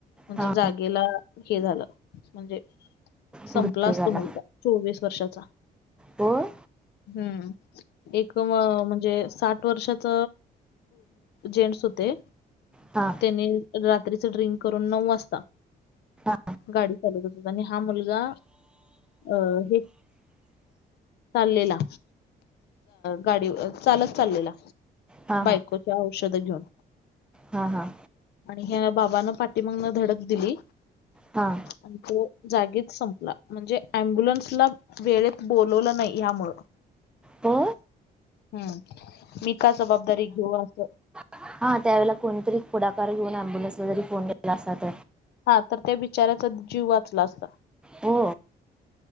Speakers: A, on the left; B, in the centre.
A: म्हणजे
B: हा
A: जागेला हे झालं म्हणजे संपला
B: मृत्यू
A: असतो
B: झाला
A: मुलगा चोवीस वर्षाचा
B: होण.
A: हम्म एक म्हणजे साठ वर्षाच. जेंट्स होते.
B: हा.
A: त्याने रात्रीच ड्रिंक करून नऊ वाजता
B: हां
A: गाडी चालवतच आणि हा मुलगा अ हे. चाललेला गाडी चालत चाललेला.
B: हां हां
A: क औषध घेऊन.
B: हां हां
A: आणि ह्या बाबाान पाठीमागन धडक दिली.
B: हा.
A: आणि तो जागीच संपला म्हणजे अम्ब्युलन्सला वेळेत बोलवलं नाही यामुळं.
B: हो.
A: हम्म मी का जबाबदारी घेऊ असं.
B: हा त्यावेळे कोणतरी पुढाकार घेऊन अॅम्बुलन्सला जरी फोन केला असाात.
A: हा तर त्या बिचाऱ्याचा जीव वाचला असला.
B: हो.